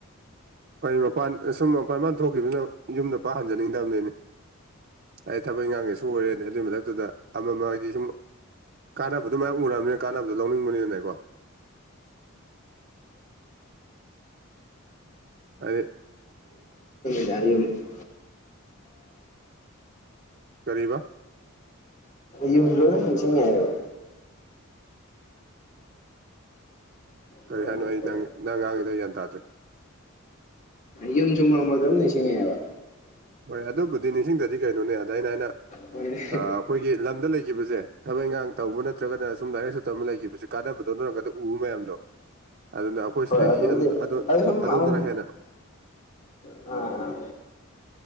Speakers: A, on the right (about 45°); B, on the left (about 35°).
A: ꯃꯄꯥꯟ ꯁꯨꯝ ꯃꯄꯥꯟ ꯏꯄꯥꯟ ꯊꯣꯛꯈꯤꯕꯅ ꯌꯨꯝꯗ ꯄꯥꯛ ꯍꯟꯖꯤꯟꯅꯤꯡꯗꯕꯅꯤꯅꯦ ꯑꯩ ꯊꯕꯛ ꯏꯈꯥꯡꯒꯦꯁꯨ ꯑꯣꯏꯔꯦꯅꯦ ꯑꯗꯨꯒꯤ ꯃꯊꯛꯇꯨꯗ ꯑꯃ ꯑꯃꯒꯤ ꯁꯨꯝ ꯀꯥꯟꯅꯕꯗꯣ ꯃꯌꯥꯝ ꯎꯔꯕꯅꯤꯅ ꯀꯥꯟꯅꯕꯗꯣ ꯂꯧꯅꯤꯡꯕꯅꯤꯅꯀꯣ ꯍꯥꯢꯗꯤ
B: ꯗ ꯌꯨꯝ <inaudible>
A: ꯀꯔꯤꯕ
B: ꯌꯨꯝ ꯖꯨ ꯑꯃꯨꯛ ꯅꯤꯡꯁꯤꯡꯉꯦ ꯍꯥꯏꯕ
A: ꯀꯔꯤ
B: ꯃꯔꯛ
A: ꯍꯥꯏꯅꯣ
B: ꯃꯔꯛꯇ
A: ꯑꯩ ꯅꯪ ꯅꯪ ꯉꯥꯡꯉꯦꯗꯣ ꯑꯩ ꯒ꯭ꯌꯥꯟ ꯇꯥꯗ꯭ꯔꯦ
B: ꯌꯨꯝꯁꯨ ꯃꯔꯛ ꯃꯔꯛꯗ ꯑꯗꯨꯝ ꯅꯤꯁꯤꯡꯉꯦꯕ
A: ꯍꯣꯏ ꯑꯗꯨꯕꯨꯗꯤ ꯅꯤꯡꯁꯤꯡꯗꯗꯤ ꯀꯩꯅꯣꯅꯦ ꯑꯗ ꯑꯩꯅ
B: ꯍꯣꯏꯅꯦ
A: ꯑꯩꯈꯣꯏꯒꯤ ꯂꯝꯗ ꯂꯩꯈꯤꯕꯁꯦ ꯊꯕꯛ ꯏꯪꯈꯥꯡ ꯇꯧꯕ ꯅꯠꯇ꯭ꯔꯒꯅ ꯁꯨꯝ ꯂꯥꯏꯔꯤꯛ ꯂꯥꯏꯁꯨ ꯇꯝꯕ ꯂꯩꯈꯤꯕꯁꯦ ꯀꯥꯟꯅꯕꯗꯣ ꯑꯗꯨ ꯅꯒꯥꯟꯗ ꯎꯕ ꯃꯌꯥꯝꯗꯣ ꯑꯗꯨꯅ ꯑꯩꯈꯣꯏ
B: ꯍꯣꯏ
A: ꯁꯤꯗꯒꯤ
B: ꯑꯗꯨꯕꯨꯗꯤ
A: ꯑꯗꯨ
B: ꯁꯨꯝ
A: ꯑꯗꯣꯝꯗꯅ
B: ꯑꯃ
A: ꯍꯦꯟꯅ
B: ꯑꯥ